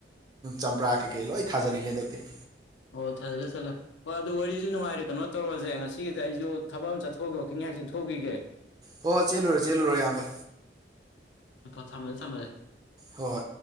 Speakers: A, on the right; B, on the left.
A: ꯆꯝꯄ꯭ꯔꯥ ꯀꯩꯀꯩ ꯂꯣꯏ ꯊꯥꯖꯤꯜꯂꯤꯅꯤ ꯍꯟꯗꯛꯇꯤ
B: ꯑꯣ ꯊꯖꯜꯂ ꯊꯠꯂꯦ ꯍ ꯑꯗꯨ ꯋꯥꯔꯤꯁꯨ ꯅꯨꯡꯉꯥꯏꯔꯦ ꯀꯩꯅꯣ ꯇꯧꯔꯁꯦ ꯉꯁꯤꯒꯤꯁꯦ ꯑꯩꯁꯨ ꯊꯕꯛ ꯑꯃ ꯆꯠꯊꯣꯛꯒꯦꯍꯥꯛ ꯆꯠꯊꯣꯛꯈꯤꯒꯦ
A: ꯍꯣꯏ ꯍꯣꯏ ꯆꯦꯜꯂꯨꯔꯦ ꯆꯦꯜꯂꯨꯔꯣ ꯑꯌꯥꯝꯕ
B: ꯊꯝꯃꯖꯦ ꯊꯝꯝꯕꯂꯦ
A: ꯍꯣꯏ